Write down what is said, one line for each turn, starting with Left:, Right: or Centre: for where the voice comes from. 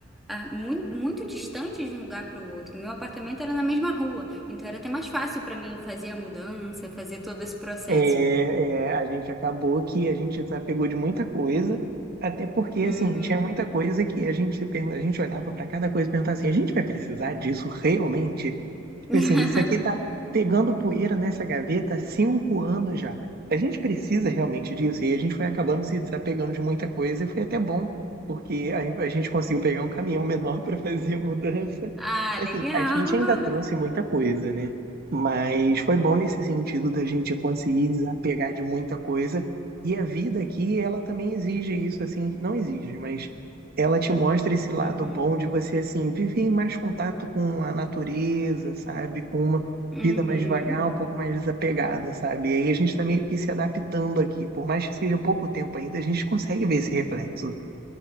Centre: muito, muito distante de um lugar para o outro. Meu apartamento era na mesma rua, então era até mais fácil para mim fazer a mudança, fazer todo esse processo.
Right: É, é, a gente acabou que a gente desapegou de muita coisa, até porque,
Centre: Uhum.
Right: assim, tinha muita coisa que a gente, se pergun- a gente olhava para cada coisa e perguntava assim, a gente vai precisar disso realmente? Tipo
Centre: <laughs>
Right: assim, isso aqui tá pegando poeira nessa gaveta há cinco anos já. A gente precisa realmente disso? E a gente foi acabando se desapegando de muita coisa e foi até bom, porque a, a gente conseguiu pegar um caminhão menor <laughs> para fazer a mudança.
Centre: Ah,
Right: Assim,
Centre: legal.
Right: a gente ainda trouxe muita coisa, né? Mas
Centre: Uhum.
Right: foi bom nesse sentido da gente conseguir desapegar de muita coisa. E a vida aqui, ela também exige isso, assim, não exige, mas ela te mostra esse lado
Centre: Uhum.
Right: bom de você, assim, viver em mais contato com a natureza, sabe? Com uma
Centre: Uhum.
Right: vida mais devagar, um pouco mais desapegada, sabe? E aí a gente está meio que se adaptando aqui. Por mais que seja pouco tempo ainda, a gente consegue ver esse reflexo.